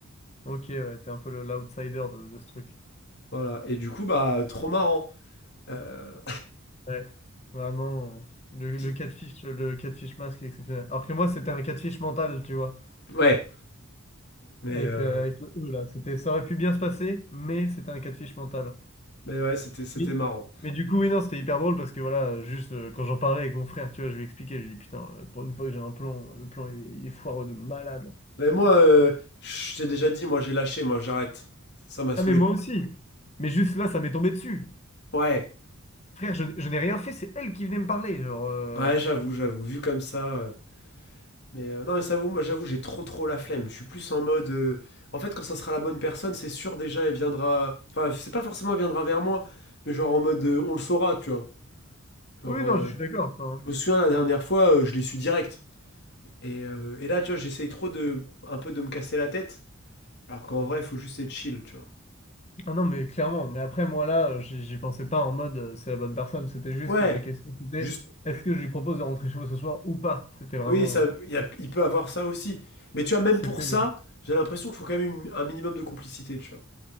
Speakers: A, on the left; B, on the left.
A: Ok, ouais, t'es un peu le- l'outsider de, de ce truc.
B: voilà, et du coup bah trop marrant, Euh,
A: Ouais, vraiment,
B: <laughs>
A: le,
B: petite-
A: le catfish, le catfish masque est exceptionnel. Alors que moi, c'était un catfish mental, tu vois.
B: ouais, mais
A: avec,
B: euh,
A: euh, avec le E, là. C'était, ça aurait pu bien se passer, mais c'était un cas de fiche mental.
B: mais ouais c'était c'était
A: Mais,
B: marrant,
A: mais du coup, oui, non, c'était hyper drôle parce que voilà, euh, juste euh, quand j'en parlais avec mon frère, tu vois, je lui expliquais, je lui dis putain, euh, pour une fois que j'ai un plan, le plan il, est il est foireux de malade.
B: mais moi euh, je t'ai déjà dit moi j'ai lâché moi j'arrête, ça m'a saoulé,
A: Ah, mais moi aussi. Mais juste là, ça m'est tombé dessus.
B: ouais
A: Frère, je, n- je n'ai rien fait, c'est elle qui venait me parler. Genre, euh,
B: ouais j'avoue j'avoue vu comme ça, euh, Mais euh, non, mais ça vaut, moi j'avoue, j'ai trop trop la flemme. Je suis plus en mode. euh, en fait, quand ça sera la bonne personne, c'est sûr déjà, elle viendra. Enfin, c'est pas forcément elle viendra vers moi, mais genre en mode euh, on le saura, tu vois. Genre,
A: oui, non,
B: euh,
A: je suis d'accord. enfin.
B: je me souviens la dernière fois, euh, je l'ai su direct. Et, euh, et là, tu vois, j'essaye trop de. un peu de me casser la tête, alors qu'en vrai, il faut juste être chill, tu vois.
A: Ah non, mais clairement. Mais après, moi là, euh, j'y j'y pensais pas en mode euh, c'est la bonne personne. C'était juste
B: Ouais,
A: euh, la question, c'était
B: juste.
A: est-ce que je lui propose de rentrer chez moi ce soir ou pas? C'était vraiment.
B: Oui, ça, il y a- il peut avoir ça aussi. Mais tu vois, même
A: C'était.
B: pour ça, j'ai l'impression qu'il faut quand même une- un minimum de complicité, tu vois.